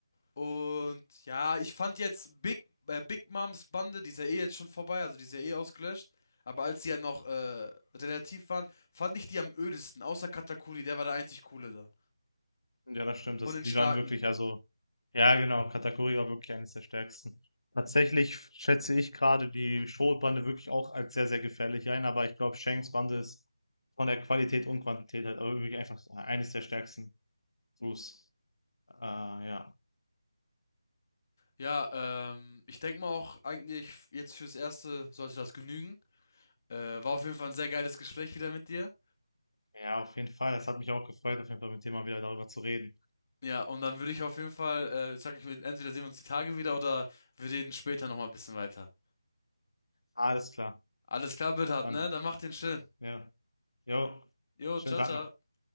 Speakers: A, on the left; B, on the left.
A: Und ja, ich fand jetzt Big, äh, Big Moms Bande, die ist ja eh jetzt schon vorbei, also die ist ja eh ausgelöscht. Aber als sie ja noch äh, relativ waren, fand ich die am ödesten, außer Katakuri, der war der einzig coole da.
B: Ja, das stimmt.
A: Von
B: Das,
A: den
B: die
A: Starken.
B: waren wirklich, also, ja, genau, Katakuri war wirklich eines der stärksten. Tatsächlich schätze ich gerade die Schrotbande wirklich auch als sehr, sehr gefährlich ein, aber ich glaube, Shanks Bande ist von der Qualität und Quantität halt aber wirklich einfach eines der stärksten Crews. Äh, ja.
A: Ja, ähm, ich denke mal auch eigentlich jetzt fürs Erste sollte das genügen. Äh, war auf jeden Fall ein sehr geiles Gespräch wieder mit dir.
B: Ja, auf jeden Fall. Das hat mich auch gefreut, auf jeden Fall mit dem mal wieder darüber zu reden.
A: Ja, und dann würde ich auf jeden Fall, äh, sag ich mir, entweder sehen wir uns die Tage wieder oder wir reden später nochmal ein bisschen weiter.
B: Alles klar.
A: Alles klar, Bernhard,
B: Dann.
A: ne? Dann mach den schön.
B: Ja. Jo.
A: Jo,
B: Schönen
A: ciao,
B: Tag
A: ciao.
B: noch.